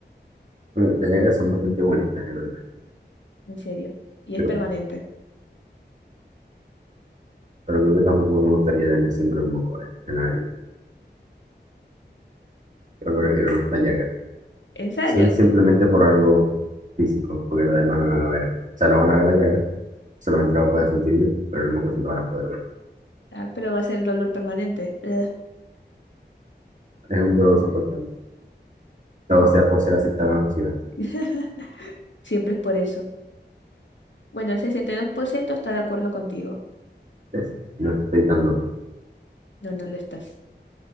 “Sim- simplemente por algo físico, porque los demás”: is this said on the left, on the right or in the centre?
Right